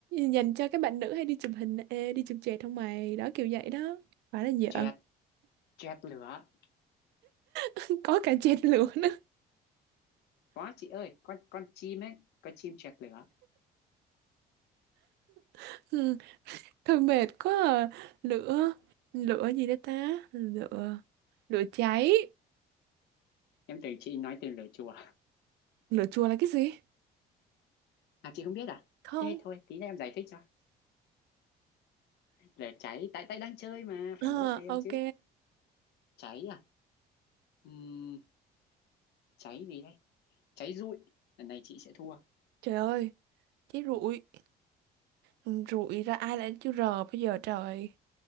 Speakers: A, on the right (about 80°); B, on the left (about 80°).
A: dành cho các bạn nữ hay đi chụp hình ê, đi chụp chẹt không mày đó kiểu vậy đó phải là
B: Chẹt,
A: vợ
B: chẹt lửa.
A: <laughs> có cả chẹt lửa nữa
B: Có chị ơi, con con chim ấy, con chim chẹt lửa.
A: <laughs> ừ. thôi mệt quá à. lửa lửa gì đó ta lửa lửa cháy
B: Em tưởng chị nói từ lửa chùa.
A: lửa chùa là cái gì
B: À chị không biết à?
A: không
B: Thế thôi, tí nữa em giải thích cho. Lửa cháy, tại tại đang chơi mà,
A: Ờ,
B: phải nối kem
A: ok
B: chứ. Cháy à? Ừm, cháy gì đây? Cháy rụi. Lần này chị sẽ thua.
A: trời ơi cháy rụi Ừ, rụi ra ai lại chữ r bây giờ trời